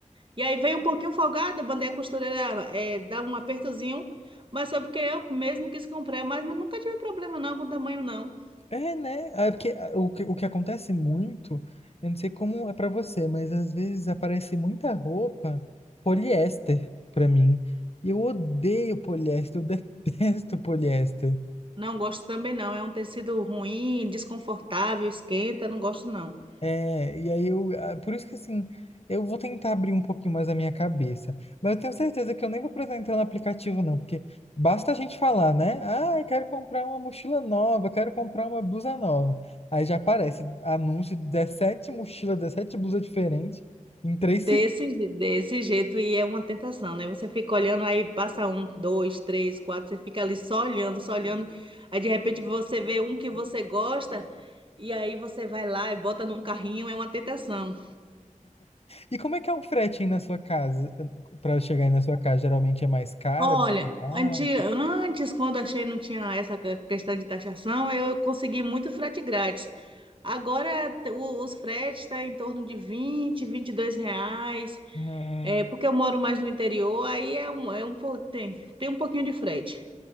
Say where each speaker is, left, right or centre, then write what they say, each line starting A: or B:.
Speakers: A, on the right; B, on the left.
A: E aí veio um pouquinho folgada, mandei a costureira eh, dar um apertozinho, mas foi porque eu mesmo quis comprar, mas eu nunca tive problema não com o tamanho não.
B: É, né? Ah, É porque ah, o que, o que acontece muito, eu não sei como é pra você, mas às vezes aparece muita roupa poliéster pra mim. E eu odeio poliéster, eu <laughs> detesto poliéster.
A: Não gosto também não. É um tecido ruim, desconfortável, esquenta, não gosto não.
B: É, e aí eu, ah, por isso que assim, eu vou tentar abrir um pouquinho mais a minha cabeça, mas eu tenho certeza que eu nem vou precisar entrar no aplicativo não, porque basta a gente falar, né? Ah, eu quero comprar uma mochila nova, quero comprar uma blusa nova. Aí já aparece anúncio de 17 mochilas, 17 blusas diferentes em três
A: Desse,
B: segundos.
A: je- desse jeito e é uma tentação, né? Você fica olhando aí, passa um, dois, três, quatro, você fica ali só olhando, só olhando. Aí de repente você vê um que você gosta e aí você vai lá e bota num carrinho, é uma tentação.
B: E como é que é o frete aí na sua casa? Para chegar aí na sua casa, geralmente é mais caro?
A: Olha,
B: Ah,
A: antes, antes quando achei não tinha essa que- questão de taxação, eu consegui muito frete grátis. Agora t- o- os fretes estão em torno de vinte, vinte e dois reais,
B: né?
A: é, porque eu moro mais no interior, aí é um, é um, po- tem, tem um pouquinho de frete.